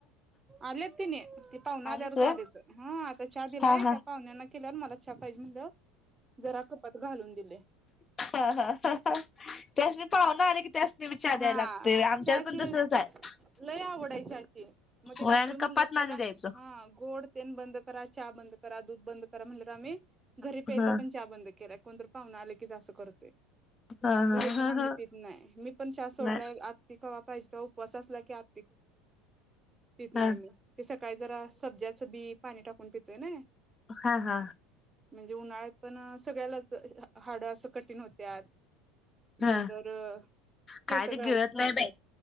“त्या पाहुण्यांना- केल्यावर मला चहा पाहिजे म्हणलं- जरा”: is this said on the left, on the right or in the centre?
Right